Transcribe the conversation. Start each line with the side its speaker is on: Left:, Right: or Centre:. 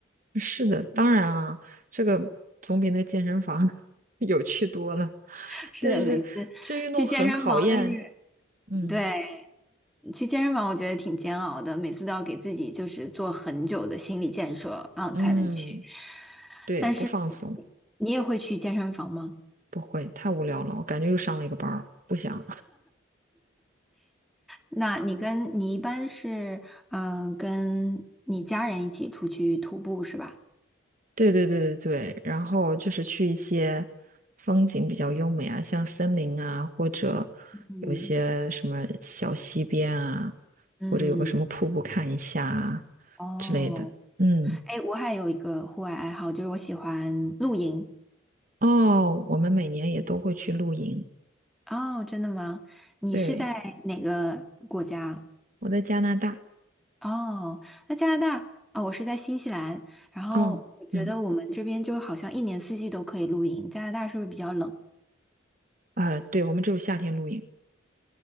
Right: 是的，当然啊，这个总比那健身房 <laughs> 有趣多了。
Centre: <laughs> 是的，
Right: 但是这运动很考验，
Centre: 每次去健身房就是
Right: 嗯
Centre: 对。去健身房，我觉得挺煎熬的，每次都要给自己就是做很久的心理建设，然后才能去。
Right: 嗯，对，
Centre: 但是
Right: 不放松，
Centre: 你也会去健身房吗？
Right: 不会，太无聊了，我感觉又上了一个班儿，不想。
Centre: 那你跟你一般是嗯、呃跟你家人一起出去徒步是吧？
Right: <laughs> 对对对对对，然后就是去一些风景比较优美啊，像森林啊，或者
Centre: 嗯，
Right: 有些什么小溪边啊，
Centre: 嗯，
Right: 或者有个什么瀑布看一下啊
Centre: 哦，
Right: 之类的，嗯。
Centre: 哎，我还有一个户外爱好，就是我喜欢露营。
Right: 哦，我们每年也都会去露营。
Centre: 哦，真的吗？你是在哪个国家？
Right: 对，我在加拿大。
Centre: 哦，那加拿大啊，我是在新西兰。然后我觉得我们这边就好像一年四季都可以露营，
Right: 哦，嗯，
Centre: 加拿大是不是比较冷？
Right: 啊，对，我们只有夏天露营，